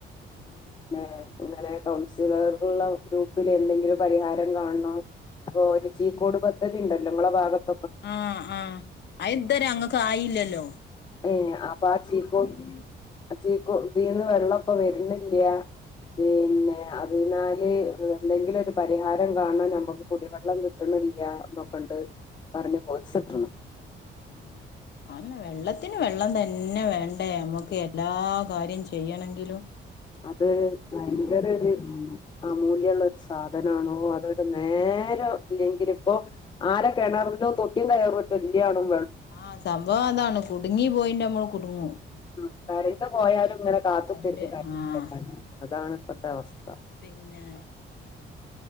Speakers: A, on the left; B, on the left.
A: ഉം
B: <unintelligible> അങ്ങനെ കൗൺസിലറ്ള്ള ഗ്രൂപ്പിൽ എന്തെങ്കിലും പരിഹാരം കാണണം. ഇപ്പോ ഒരു ചീക്കോട് പദ്ധതി ണ്ടല്ലോ ങ്ങളെ ഭാഗത്ത്
A: ആ ആഹ് അ ഇത് വരെ ഞങ്ങക്കയില്ലല്ലോ.
B: ഏ ആപ്പചീകൊ ചീകൊ തീർന്ന് വെള്ളം പ്പോ വെർനില്ല പിന്നെ, അതിനാല് എന്തെങ്കിലും ഒരു പരിഹാരം കാണാൻ നമുക്ക് കുടിവെള്ളം കിട്ടണം കിട്ടിണില്ല ഇന്നൊക്കണ്ട് പറഞ്ഞ് വോയിസ്‌ ഇട്ട്ണ്
A: ഉം അതന്നെ വെള്ളത്തിന് വെള്ളം തന്നെ പിന്നെ വേണ്ടേ നമ്മക്ക് എല്ലാ കാര്യം ചെയ്യണങ്കിലും
B: അത് ഭയങ്കര ഒരു അമൂല്യുള്ള സാധനാണോ അതൊരു നേരം ഇല്ലെങ്കിൽ ഇപ്പോ ആരെ കെണറിലും തൊട്ടി കയറും ട്ടില്ലേനും
A: ആസംഭവം അതാണ് കുടുങ്ങിപൊയിണ്ട മ്മള് കുടുങ്ങും.
B: ആ കരണ്ട് പോയാലും ഇങ്ങനെ കാത്തുകുത്തിരിക
A: കറന്റ് ആഹ്
B: <unintelligible> അതാണ് ഇപ്പത്തെ അവസ്ഥ
A: പിന്നെ